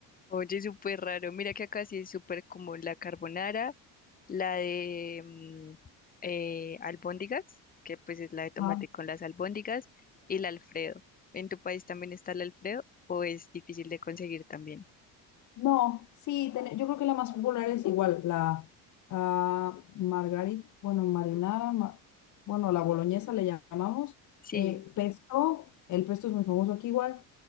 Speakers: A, on the left; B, on the left.
A: Oye, súper raro. Mira que acá sí es súper como la carbonara, la de mm, eh, albóndigas, que pues es la de tomate
B: Ajá.
A: con las albóndigas, y el Alfredo. ¿En tu país también está el Alfredo o es difícil de conseguir también?
B: No, sí, ten- yo creo que la más popular es igual, la ah, margarita, bueno, marinara, ma- bueno, la boloñesa le llamamos,
A: Sí.
B: eh, pesto, el pesto es muy famoso aquí igual,